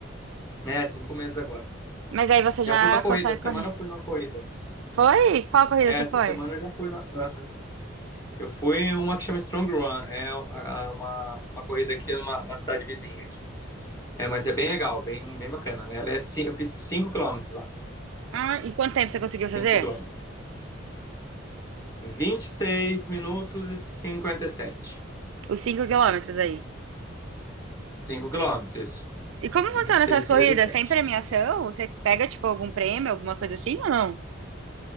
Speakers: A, on the left; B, on the right.
A: É, cinco meses agora.
B: Mas aí você
A: Já
B: já
A: fui pra corrida,
B: consegue
A: essa semana
B: correr.
A: eu fui numa corrida.
B: Foi? Qual corrida
A: É,
B: você
A: essa
B: foi?
A: semana eu já fui na. na- Eu fui em uma que chama Strong Run, é a- a- uma, uma corrida aqui numa uma cidade vizinha aqui. É, mas é bem legal, bem, bem bacana. Ela é, cin- eu fiz 5 quilômetros lá.
B: Ah, e quanto tempo você conseguiu
A: 5
B: fazer?
A: quilômetros. vinte e seis minutos e cinquenta e sete
B: Os cinco quilômetros aí.
A: cinco quilômetros, isso.
B: E como funcionam
A: vinte e seis
B: essas corridas?
A: e cinquenta e sete
B: Tem premiação? Você pega, tipo, algum prêmio, alguma coisa assim ou não?